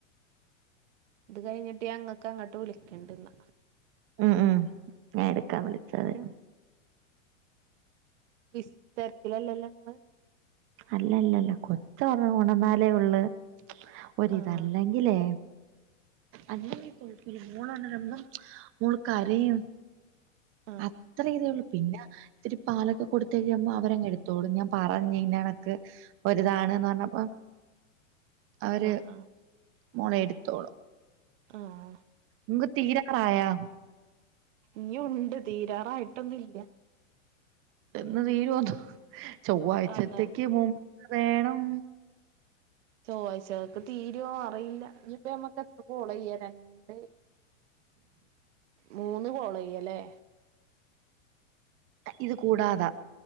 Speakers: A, on the right; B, on the right.
A: ഇത് കഴിഞ്ഞിട്ട് ഞാൻ ഇങ്ങക്ക് അങ്ങട്ട് വിളിക്കണ്ട്ന്ന.
B: ഉം ഉം ഞാൻ എടുക്കാൻ വിളിച്ചാതി.
A: മ് <unintelligible> തെരക്കില്ലല്ലോങ്ങള്?
B: അല്ലല്ലല്ല കൊച്ച് ഉ ഉണർന്നാലേ ഒള്ളി ഓരിത്
A: ആഹ്
B: അല്ലെങ്കിലേ. അല്ലെങ്കി കൊയപ്പല്ല മോള് <unintelligible> മോള് കരയും
A: ആഹ്
B: അത്ര ഇതേ ഉള്ളൂ പിന്ന. ഇത്തിരി പാലൊക്കെ കൊടുത്ത ഴിയുമ്പ അവരങ്ങെടുത്തോളൂ ഞാൻ പറഞ്ഞഞയി ഞനക്ക്. ഒരുതാണ്ന്ന് പറഞ്ഞപ്പോ അവര്
A: ആഹ് ആഹ്
B: മോളെ എടുത്തോളൂ.
A: ആഹ്
B: ങ്ക് തീരരായേ
A: ഇനിഉണ്ട് തീരാറായ്ട്ടൊന്നുല്ല
B: എന്ന് തീരുവോ എന്തോ ചൊവ്വാഴ്ചത്തേക്ക്
A: അന്നാ
B: മുമ്പ് വേണം
A: ചൊവ്വാഴ്ചകക്ക് തീരുവോ അറിയില്ല ഇനിപ്പ ഞമ്മക്ക് എത്ര കോള് ചെയ്യ രണ്ട് മൂന്ന് കോള് ചെയ്യാല്ലേ
B: ഇത് കൂടാതാ